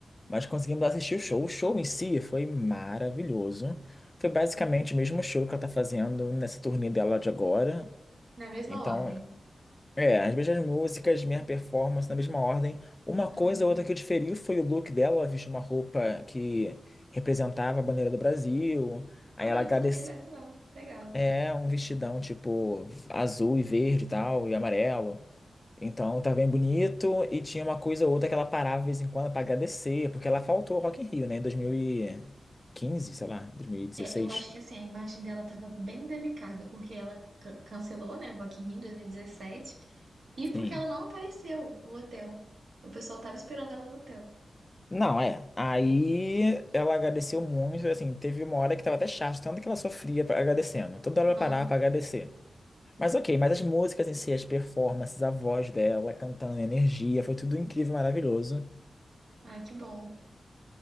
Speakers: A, on the left; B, on the right.
A: Mas conseguimos assistir o show. O show em si foi maravilhoso. Foi basicamente o mesmo show que ela tá fazendo nessa turnê dela de agora.
B: Na mesma
A: Então,
B: ordem.
A: é, as mesmas músicas, minha performance na mesma ordem. Uma coisa
B: Uhum.
A: ou outra que eu diferi foi o look dela. Ela vestiu uma roupa que representava a bandeira do Brasil. Aí
B: Ah,
A: ela agradeceu.
B: eu não sabia dessa, não. Legal.
A: É, um vestidão tipo azul e verde e tal, e amarelo. Então tá bem bonito. E tinha uma coisa ou outra que ela parava de vez em quando pra agradecer, porque ela faltou ao Rock in Rio, né, em 2015, sei lá, 2016.
B: É, eu acho que assim, a imagem dela tava bem delicada, porque ela ca- cancelou, né, o Rock in Rio 2017, e dezessete, e porque
A: Sim,
B: ela não apareceu no hotel. O pessoal tava esperando ela no hotel.
A: Não, é. Aí ela agradeceu muito, assim, teve uma hora que tava até chato, tanto que ela sofria pra- agradecendo. Toda hora
B: Aham.
A: ela parava pra agradecer. Mas ok, mas as músicas em si, as performances, a voz dela, cantando, a energia, foi tudo incrível, maravilhoso.
B: Ah, que bom.